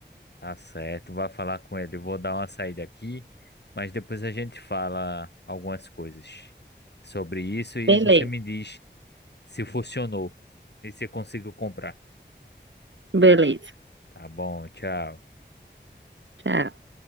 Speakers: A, on the left (about 65°); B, on the right (about 80°).
A: Tá certo, vai falar com ele. Eu vou dar uma saída aqui, mas depois a gente fala algumas coisas sobre isso e
B: Beleza,
A: você me diz se funcionou e se conseguiu comprar.
B: beleza.
A: Tá bom, tchau.
B: Tchau.